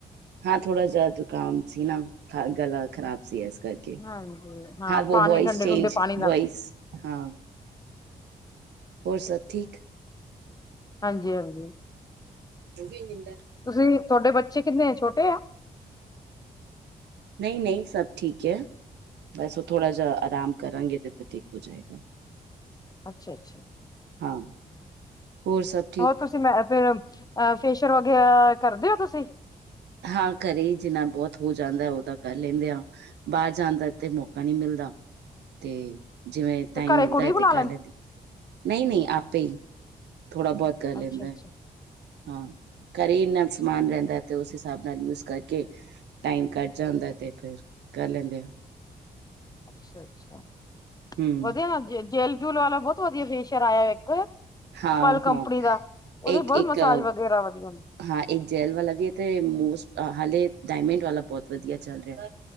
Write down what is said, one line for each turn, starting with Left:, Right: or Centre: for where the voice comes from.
Right: ਹਾਂ ਥੋੜਾ ਜਾ ਜ਼ੁਖਾਮ ਸੀ ਨਾ, ਖਾ ਗਲਾ ਖਰਾਬ ਸੀ ਐਸ ਕਰਕੇ,
Left: ਹਾਂਜੀ
Right: ਹਾਂ ਵੌਇਸ
Left: ਪਾਣੀ ਠੰਡੇ
Right: ਚੇਂਜ
Left: ਠੰਡੇ ਪਾਣੀ ਨਾਲ
Right: ਵੌਇਸ ਹਾਂ ਹੋਰ ਸਬ ਠੀਕ
Left: ਹਾਂਜੀ-ਹਾਂਜੀ।
Right: ਓ ਵੀ ਨੀਂਦਾ।
Left: ਤੁਸੀਂ ਤੁਆਡੇ ਬੱਚੇ ਕਿੰਨੇ ਛੋਟੇ ਆ।
Right: ਨਈ-ਨਈ ਸਭ ਠੀਕ ਐ, ਬਸ ਓ ਥੋੜਾ ਜਾ ਆਰਾਮ ਕਰਾਂਗੇ ਤੇ ਫਿਰ ਠੀਕ ਹੋ ਜਾਏਗਾ।
Left: ਅੱਛਾ-ਅੱਛਾ।
Right: ਹਾਂ, ਹੋਰ ਸਬ
Left: ਹੋਰ ਤੁਸੀਂ ਮੈਂ ਫੇਰ ਫੇਸ਼ੀਅਲ ਵਗੈਰਾ ਕਰਦੇ ਓਂ ਤੁਸੀਂ।
Right: ਹਾਂ ਘਰੇ ਈ ਜਿੰਨਾ ਬੋਤ ਹੋ ਜਾਂਦਾ ਓ ਤਾਂ ਕਰ ਲੈਂਦੇ ਆਂ। ਬਾਹਰ ਜਾਣ ਦਾ ਤੇ ਮੌਕਾ ਨੀ ਮਿਲਦਾ ਤੇ ਜਿਵੇਂ ਟਾਈਮ
Left: ਘਰੇ
Right: ਮਿਲਦਾ
Left: ਕੁੜੀ
Right: ਹੈ
Left: ਬੁਲਾ
Right: ਤੇ ਕਰ ਲੈਂਦੇ ਨਹੀਂ ਨਹੀਂ ਆਪੇ ਹੀ ਥੋੜ੍ਹਾ ਬਹੁਤ ਕਰ ਲੈਂਦਾ
Left: ਅੱਛਾ ਅੱਛਾ
Right: ਏ ਹਾਂ ਘਰ ਇੰਨਾ
Left: ਅੱਛਾ
Right: ਸਮਾਨ ਰਹਿੰਦਾ ਤੇ ਉਸ ਹਿਸਾਬ ਨਾਲ ਯੂਜ ਕਰਕੇ ਟਾਈਮ ਕੱਟ ਜਾਂਦਾ ਤੇ ਫਿਰ ਕਰ ਲੈਂਦੇ ਓ
Left: ਅੱਛਾ ਅੱਛਾ
Right: ਹਮ
Left: ਵਧੀਆ ਨਾ ਜੇ ਜੇਲ ਜੂਲ ਵਾਲਾ ਬਹੁਤ ਵਧੀਆ ਫੇਸ਼ੀਅਰਲ ਆਇਆ ਇੱਕ
Right: ਹਾਂ
Left: ਪਲ ਕੰਪਨੀ
Right: ਹਾਂ
Left: ਦਾ ਉਹਦੇ
Right: ਇੱਕ
Left: ਚ ਬਹੁਤ
Right: ਇੱਕ
Left: ਮਸਾਜ
Right: ਅ,
Left: ਵਗੈਰਾ ਵਧੀਆ
Right: ਹਾਂ ਇੱਕ ਜੈਲ ਵਾਲਾ ਵੀ ਹੈ ਤੇ ਮੋਸਟ ਹਾਲੇ ਡਾਇਮੰਡ ਵਾਲਾ ਬਹੁਤ ਵਧੀਆ ਚੱਲ ਰਿਹਾ